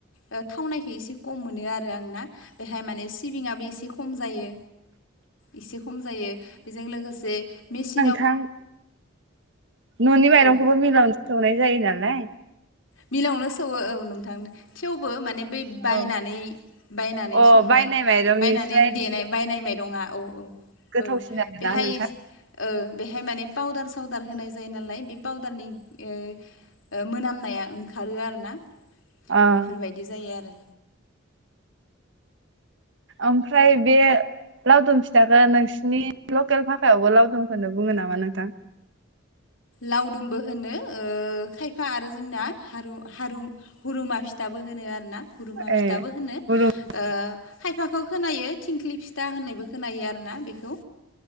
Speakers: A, on the left; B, on the right.
A: ओ थावनायखौ एसे खम मोनो आरो आंना बेहाय माने सिबिङाबो एसे खम जा यो
B: <inaudible>
A: एसे खम जायो बेजों लोगोसे मेसि
B: थां न'नि माइरंखौबो
A: औ
B: मिलावनो सौनाय जायो नालाय
A: मिलावनो सौवो औ नोंथांनो थेवबो माने बै बायनानै
B: औ
A: बायनानै
B: अ
A: संनाय
B: बायनाय माइरंनिस्राय
A: बायनानै देनाय बायनायनाय माइरंआ औ औ
B: गोथावसिन
A: औ
B: आरोना
A: बेहाय
B: नोंथां
A: ओ बेहाय माने पाउदार सावदार होनाय जायो नालाय बे पाउदारनि ओ ओ मोनामनाया ओंखारो आरो ना
B: अ
A: बेफोरबायदि जायो आरो
B: ओमफ्राय बे लावदुम फिथाखो नोंसिनि लकेल भाखायावबो लावदुमखौनो बुङो नामा नोंथां
A: लावदुमबो होनो ओ खायफा आरो जोंना हारु हारू हुरुमा फिथा बो होनो आरो ना हुरुमा
B: ए
A: फिथाबो बुङो ओ
B: हुरुम
A: खाय फाखौ खोनायो थिंख्लि फिथा होननायबो खोनायो आरो ना बेखौ